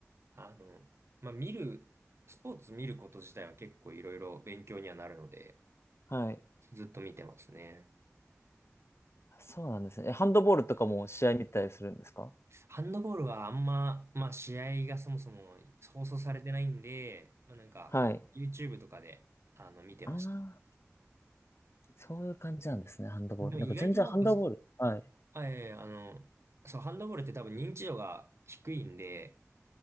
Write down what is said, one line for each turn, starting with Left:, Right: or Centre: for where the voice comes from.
Right: あの、まあ、見る、スポーツ見ること自体は結構いろいろ勉強にはなるので、
Left: はい。
Right: ずっと見てますね。
Left: あそうなんですね。え、ハンドボールとかも試合見たりするんですか
Right: ハンドボールはあんま、まあ、試合がそもそも放送されてないんで、まあ、なんか、
Left: はい。
Right: YouTube とかで、あの、見てまし
Left: ああ、そういう感じなんですね、ハンドボール。
Right: た。でも意外となんか、
Left: なんか全然ハンドボール。はい。
Right: あええあの、そう、ハンドボールって多分認知度が低いんで、